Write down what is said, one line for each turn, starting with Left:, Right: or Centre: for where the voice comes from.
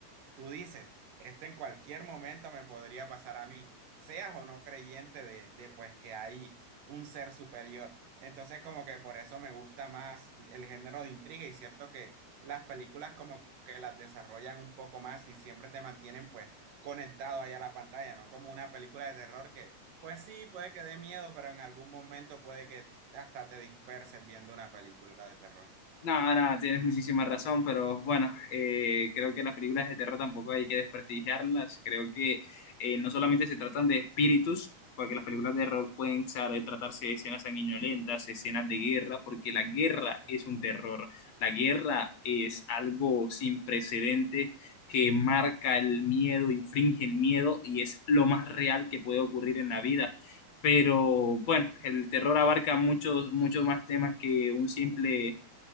Right: Tú dices, esto en cualquier momento me podría pasar a mí, seas o no creyente de, de pues que hay un ser superior. Entonces como que por eso me gusta más el género de intriga y cierto que las películas como que las desarrollan un poco más y siempre te mantienen pues conectado ahí a la pantalla, ¿no? Como una película de terror que pues sí, puede que dé miedo, pero en algún momento puede que hasta te disperses viendo una película de terror.
Left: No, no, tienes muchísima razón, pero bueno, eh, creo que las películas de terror tampoco hay que desprestigiarlas. Creo que eh, no solamente se tratan de espíritus, porque las películas de terror pueden sa- tratarse de escenas sanguinolentas, escenas de guerra, porque la guerra es un terror. La guerra es algo sin precedente que marca el miedo, infringe el miedo y es lo más real que puede ocurrir en la vida. Pero bueno, el terror abarca muchos, muchos más temas que un simple